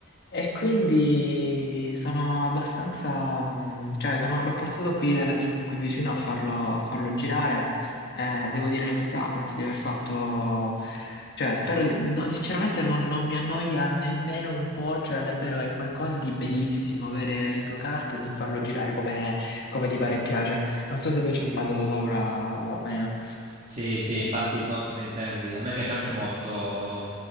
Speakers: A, on the left (about 55°); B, on the right (about 35°).
A: e quindi sono abbastanza, mm, cioè sono- l'ho portato qui alla pista, qui vicino a farlo, a farlo girare. Eh, devo dire la verità, penso di aver fatto. Cioè, spero di... no, sinceramente non, non mi annoia nemmeno un po', cioè davvero è qualcosa di bellissimo avere il go-kart e di farlo girare come, come ti pare e piace. Non so se tu ci sei mai andato sopra o o meno.
B: Sì, sì, infatti so cosa intendi. A me piace anche molto mm,